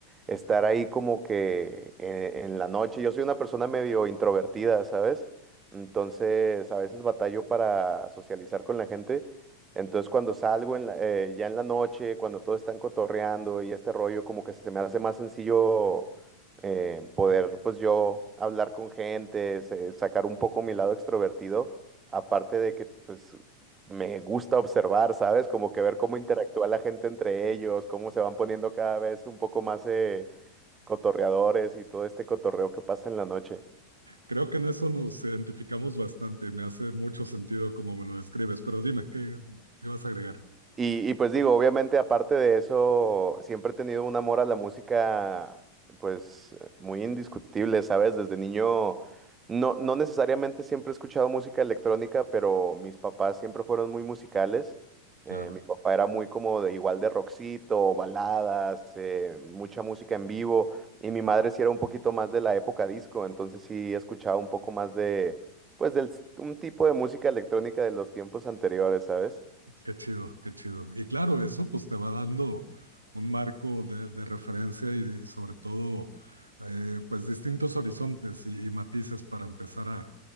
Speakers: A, on the right; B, on the right.
A: estar ahí como que en, en la noche. Yo soy una persona medio introvertida, ¿sabes? Entonces a veces batallo para socializar con la gente. Entonces cuando salgo en la- eh, ya en la noche, cuando todos están cotorreando y este rollo, como que se me hace más sencillo eh, poder pues yo hablar con gente, se- sacar un poco mi lado extrovertido, aparte de que pues me gusta observar, ¿sabes? Como que ver cómo interactúa la gente entre ellos, cómo se van poniendo cada vez un poco más eh, cotorreadores y todo este cotorreo que pasa en la noche.
B: Creo que en eso nos identificamos bastante, me hace mucho sentido como me lo describes, pero dime, ¿qué ibas a agregar?
A: Y, y pues digo, obviamente aparte de eso, siempre he tenido un amor a la música, pues muy indiscutible, ¿sabes? Desde niño, no, no necesariamente siempre he escuchado música electrónica, pero mis papás siempre fueron muy musicales.
B: Claro.
A: Eh, mi papá era muy como de, igual de rockcito, baladas, eh, mucha música en vivo, y mi madre sí era un poquito más de la época disco, entonces sí escuchaba un poco más de, pues, del, un tipo de música electrónica de los tiempos anteriores, ¿sabes?
B: Qué chido, qué chido. Y claro, eso pues te va dando un marco de, de referencia y sobre todo eh, pues distintos horizontes y, y matices para empezar a,